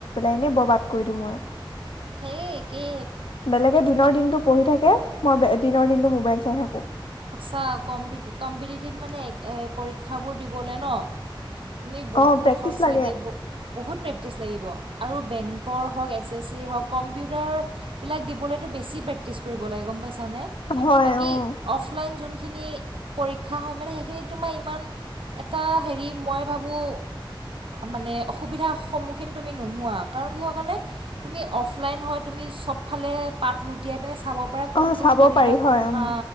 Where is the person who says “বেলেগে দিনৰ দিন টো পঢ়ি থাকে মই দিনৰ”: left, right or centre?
Left